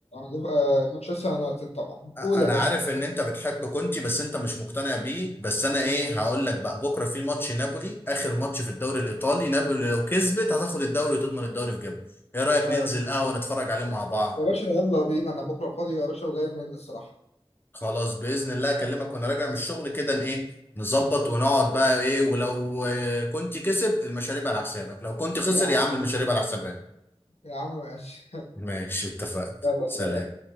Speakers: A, on the left; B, on the left.
A: هيبقى مانشستر يونايتد طبعا قول
B: انا
A: يا باشا
B: عارف ان انت بتحب كونتي بس انت مش مقتنع بيه بس انا ايه هقول لك بقى بكره في ماتش نابولي اخر ماتش في الدوري الايطالي نابولي لو كسبت هتاخد الدوري وتضمن الدوري في جيبها ايه رايك
A: ايوه
B: ننزل قهوه نتفرج عليه مع بعض
A: يا باشا يلا بينا انا بكره فاضي يا باشا وجاي من الصراحه
B: خلاص باذن الله اكلمك وانا راجع من الشغل كده ن- ايه نظبط ونقعد بقى ايه ولو آه، كنت كسب المشاريب على حسابك لو كنت خسر
A: <laughs> يا عم
B: يا عم المشاريب على حسابك
A: يا عم ماشي <laughs>
B: ماشي اتفقنا
A: يلا،
B: سلام
A: سلام.